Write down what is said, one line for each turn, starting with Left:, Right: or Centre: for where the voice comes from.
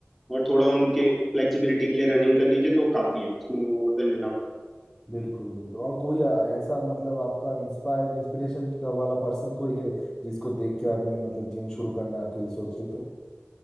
Centre: और थोड़ा उनके फ्लेक्सिबिलिटी के लिए रनिंग कर लीजिए तो काफी है इट्स मोर देन इनफ
Left: बिल्कुल बिल्कुल और कोई अ- ऐसा मतलब आपका इंस्पायर इंस्पिरेशन का वाला पर्सन कोई है जिसको देख के आपने मतलब जिम शुरू करना कहीं सोच रहे थे